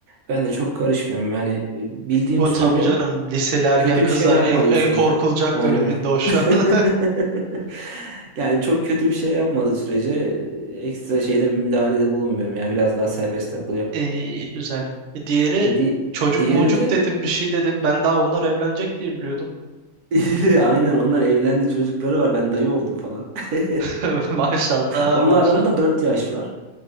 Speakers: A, on the right (about 90°); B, on the right (about 60°).
A: Ben de çok karışmıyorum. Yani e, bildiğimi
B: O
A: söylüyorum.
B: tabii canım liseli ergen
A: Kötü
B: kızlar
A: bir şey yapmadığı
B: en, en
A: sürece.
B: korkulacak
A: Aynen.
B: döneminde
A: <laughs>
B: o şu an. <laughs>
A: Yani çok kötü bir şey yapmadığı sürece e, ekstra şeyde bir müdahalede bulunmuyorum. Yani biraz daha serbest takılıyor.
B: İyi, güzel. E, Diğeri
A: Di
B: çocuk
A: diğeri
B: mocuk
A: de
B: dedin bir şey dedin. Ben daha onlar evlenecek diye biliyordum.
A: <laughs> aynen onlar evlendi çocukları var. Ben dayı oldum falan. <laughs>
B: <laughs> Maşallah
A: Onunla
B: maşallah.
A: aramda 4 yaş var.